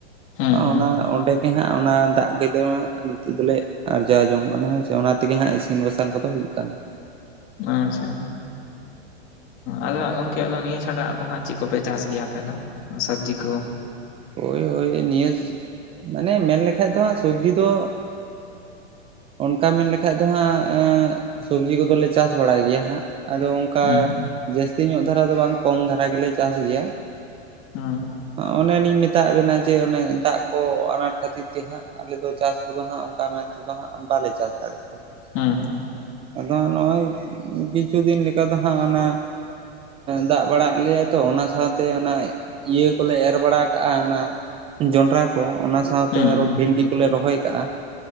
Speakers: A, on the left; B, on the right.
A: ᱦᱮᱸ ᱦᱮᱸ
B: ᱚᱱᱟ ᱚᱸᱰᱮ ᱜᱮ ᱦᱟᱸᱜ ᱾ᱚᱱᱟ ᱫᱟᱜ ᱜᱮ ᱫᱚᱦᱟ-ᱜ, ᱱᱤᱛᱳ-ᱜ ᱫᱚᱞᱮ ᱟᱨᱡᱟ-ᱣ ᱡᱚᱝ ᱠᱟᱱᱟ ᱾ ᱦᱳᱭ ᱥᱮ, ᱚᱱᱟ ᱛᱮᱜᱮ ᱦᱟᱜ ᱤᱥᱤᱱ, ᱵᱟᱥᱟᱝ, ᱠᱚᱼᱫᱚ ᱦᱩᱭᱩ-ᱜ ᱠᱟᱱᱟ᱾
A: ᱟᱪᱪᱷᱟ᱾ ᱟᱫᱚ ᱜᱚᱝᱠᱮ ᱟᱫᱚ ᱱᱤᱭᱟᱹ ᱪᱷᱟᱰᱟ᱾ ᱟᱫᱚ ᱦᱟᱸᱜ ᱪᱮᱫ ᱠᱚ-ᱯᱮ ᱪᱟᱥ ᱜᱮᱭᱟ᱾ ᱟᱯᱮ ᱫᱚ, ᱥᱚᱵᱽᱡᱤ ᱠᱚ?
B: ᱦᱳᱭ - ᱦᱳᱭ ᱱᱤᱭᱟᱹ ᱢᱟᱱᱮ ᱢᱮᱱ ᱞᱮᱠᱷᱟᱡ ᱫᱚ, ᱦᱟᱜ ᱥᱚᱵᱽᱡᱤ ᱫᱚ᱾ ᱚᱱᱠᱟ ᱢᱮᱱ ᱞᱮᱠᱷᱟᱡ ᱫᱚ ᱦᱟᱸᱜ ᱥᱚᱵᱽᱡᱤ ᱠᱚ-ᱫᱚ ᱞᱮ, ᱪᱟᱥ ᱵᱟᱲᱟ-ᱭ ᱜᱮᱭᱟ᱾ ᱦᱟᱸᱜ ᱟᱫᱚ ᱠᱟ
A: ᱦᱮᱸ
B: ᱡᱟᱹᱥᱛᱤ ᱧᱚᱜ ᱫᱷᱟᱨᱟ ᱫᱚ ᱵᱟᱝ᱾ ᱠᱚᱢ ᱫᱷᱟᱨᱟ ᱜᱮ-ᱞᱮ ᱪᱟᱥ ᱜᱮᱭᱟ᱾
A: ᱦᱩᱸ᱾
B: ᱚᱱᱮ ᱞᱤᱧ ᱢᱮ ᱢᱮᱛᱟ-ᱜ ᱵᱮᱱᱟ᱾ ᱡᱮ ᱚᱱᱮ ᱫᱟᱜ ᱠᱚ ᱟᱱᱟᱴ ᱠᱷᱟᱹᱛᱤᱨ ᱛᱮ᱾ ᱦᱟᱸᱜ ᱟᱞᱮ ᱫᱚ ᱪᱟᱥ ᱠᱚᱼᱫᱚ ᱦᱟᱸᱜ ᱚᱱᱠᱟ ᱢᱮᱱᱛᱮ ᱵᱟᱞᱮ ᱪᱟᱥ ᱫᱟᱲᱮ-ᱜ ᱜᱮᱭᱟ᱾
A: ᱦᱮᱸ
B: ᱟᱫᱚ ᱦᱟᱜ ᱱᱚᱜᱼᱚᱭ, ᱠᱤᱪᱷᱩ ᱫᱤᱱ ᱞᱮᱠᱟ ᱫᱚ ᱦᱟᱸᱜ᱾ ᱚᱱᱟ ᱫᱟᱜ ᱵᱟᱲ ᱟᱫ ᱞᱮᱭᱟᱭ ᱛᱚ᱾ ᱚᱱᱟ ᱥᱟᱶᱛᱮ ᱚᱱᱟ ᱤᱭᱟᱹ ᱠᱚ-ᱞᱮ ᱮᱨ ᱵᱟᱲᱟ᱾ ᱠᱟᱜᱼᱟ᱾ ᱚᱱᱟ ᱡᱚᱸᱰᱨᱟ ᱠᱚ ᱚᱱᱟ ᱥᱟᱶᱛᱮ,
A: ᱦᱮᱸ
B: ᱟᱨᱚ
A: ᱦᱮᱸ
B: ᱵᱷᱮᱱᱰᱤ ᱠᱚ-ᱞᱮ ᱨᱚᱦᱚᱭ ᱠᱟᱜᱼᱟ᱾